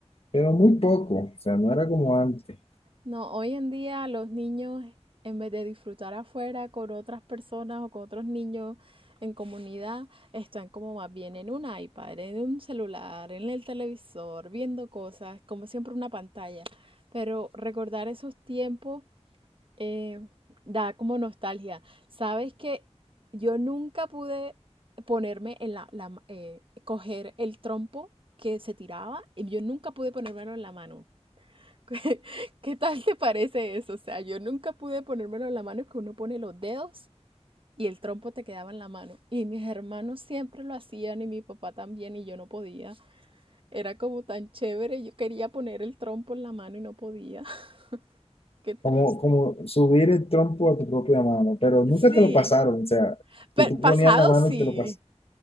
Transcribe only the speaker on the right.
No, hoy en día los niños, en vez de disfrutar afuera con otras personas o con otros niños en comunidad, están como más bien en un iPad, en un celular, en el televisor, viendo cosas, como siempre una pantalla. Pero recordar esos tiempos eh, da como nostalgia. Sabes que yo nunca pude ponerme en la, la ma- eh, coger el trompo que se tiraba y yo nunca pude ponérmelo en la mano. <laughs> ¿Qué qué tal te parece eso? O sea, yo nunca pude ponérmelo en la mano, que uno pone los dedos y el trompo te quedaba en la mano. Y mis hermanos siempre lo hacían y mi papá también y yo no podía. Era como tan chévere, yo quería poner el trompo en la mano y no podía. <laughs> Qué triste.
Sí,
pero
pasado
sí,